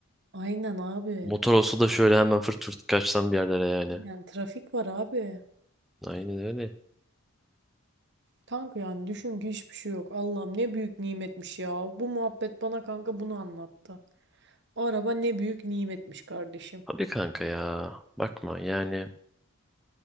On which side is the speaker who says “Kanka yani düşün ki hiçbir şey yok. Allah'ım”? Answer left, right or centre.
Right